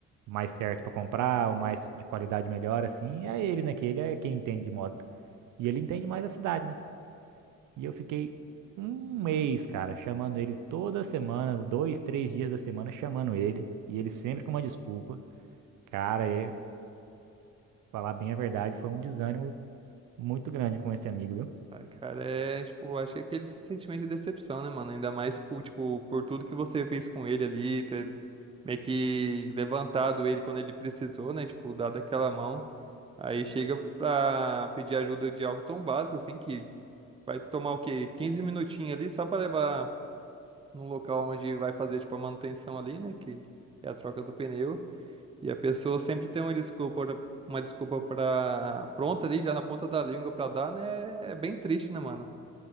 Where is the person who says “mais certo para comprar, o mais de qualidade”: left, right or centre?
Right